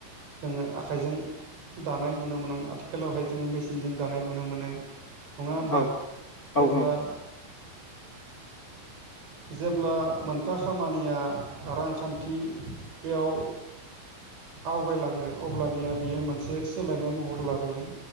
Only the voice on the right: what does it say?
जोङो आखाइजों दानाय नुनो मोनोमोन आथिखालावहाय जोङो मेसिनजों दानाय नुनो मोनो। नङा होमबा
जेब्ला
जेब्ला मोनफा खामानिया रांखान्थियाव आवगायलाङो अब्लानिया बेयो मोनसे सोलायनाय महर लाबोयो